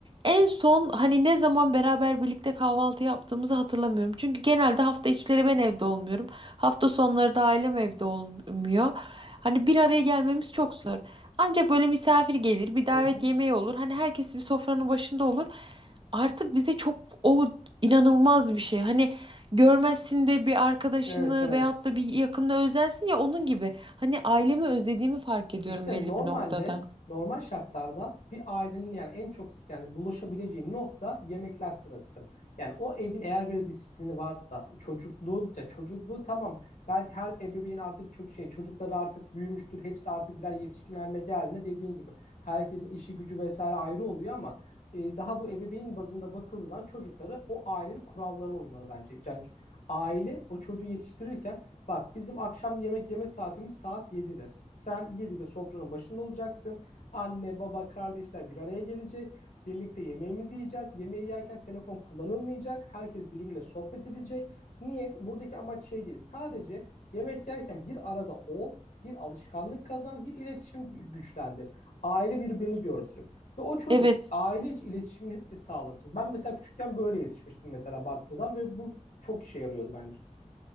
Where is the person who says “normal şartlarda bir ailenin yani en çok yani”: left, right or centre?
Left